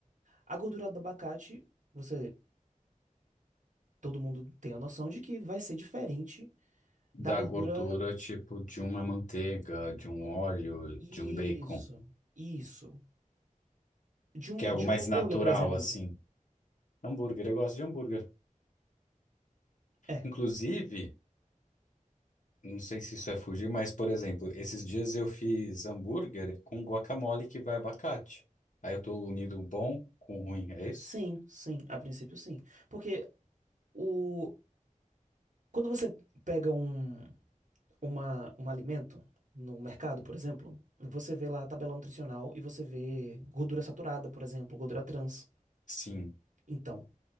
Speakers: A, on the right; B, on the left.
A: A gordura do abacate, você, todo mundo tem a noção de que vai ser diferente
B: da
A: da gordura.
B: gordura tipo de uma manteiga, de um óleo,
A: Isso,
B: de um bacon,
A: isso. De um,
B: que é algo
A: de
B: mais
A: um hambúrguer,
B: natural
A: por exemplo.
B: assim. Hambúrguer, eu gosto de hambúrguer.
A: É,
B: Inclusive, Não sei se isso é fugir, mas, por exemplo, esses dias eu fiz hambúrguer com guacamole que vai abacate. Aí eu tô unindo o bom com o ruim, é isso?
A: sim, sim, a princípio sim. Porque o, quando você pega um. uma, um alimento no mercado, por exemplo, você vê lá a tabela nutricional e você vê gordura saturada, por exemplo, gordura trans.
B: Sim.
A: Então,